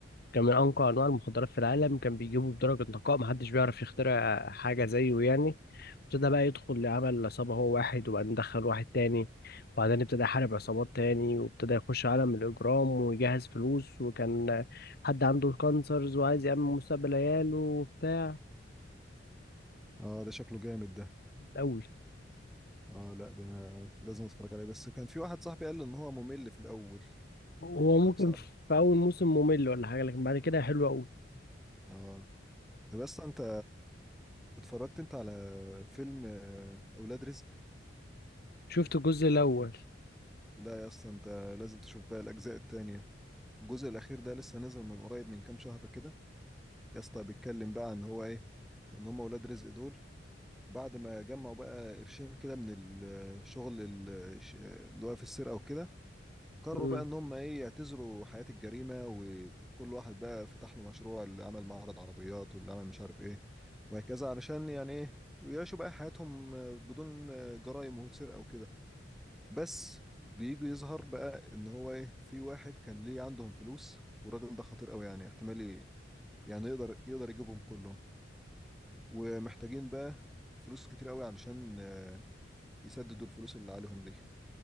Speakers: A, on the left; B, in the centre.
A: كان من أنقى أنواع المخدرات في العالم كان بيجيبه بدرجة نقاء محدش بيعرف يخترع حاجة زيه يعني ابتدى بقى يدخل لعمل عصابة هو واحد وبعدين دخل واحد تاني وبعدين ابتدى يحارب عصابات تاني وابتدى يخش عالم الإجرام ويجهز فلوس وكان حد عنده كانسرز وعايز يأمن مستقبل عياله وبتاع
B: اه ده شكله جامد ده
A: أوي
B: اه لا ده أنا لازم اتفرج عليه بس كان في واحد صاحبي قال لي ان هو ممل في الاول
A: هو ممكن
B: فبصراحة
A: في اول موسم ممل ولا حاجه لكن بعد كده حلو قوي
B: اه طب يا اسطى انت اتفرجت انت على فيلم آه، اولاد رزق
A: شفت الجزء الاول
B: لا يا اسطى انت لازم تشوف بقى الاجزاء التانية الجزء الاخير ده لسه نازل من قريب من كام شهر كده يا اسطى بيتكلم بقى ان هو ايه ان هم اولاد رزق دول بعد ما جمعوا بقى قرشين كده من الشغل ال- اللي هو في السرقة وكده قرروا
A: امم
B: بقى ان هم ايه يعتزلوا حياة الجريمة وكل واحد بقى فتح له مشروع اللي عمل معرض عربيات واللي عمل مش عارف ايه وهكذا علشان يعني ايه يعيشوا بقى حياتهم بدون جرائم وسرقة وكده بس بيجي يظهر بقى ان هو ايه في واحد كان ليه عندهم فلوس والراجل ده خطير قوي يعني احتمال ي- يعني يقدر يقدر يجيبهم كلهم ومحتاجين بقى فلوس كتير قوي علشان يسددوا الفلوس اللي عليهم دي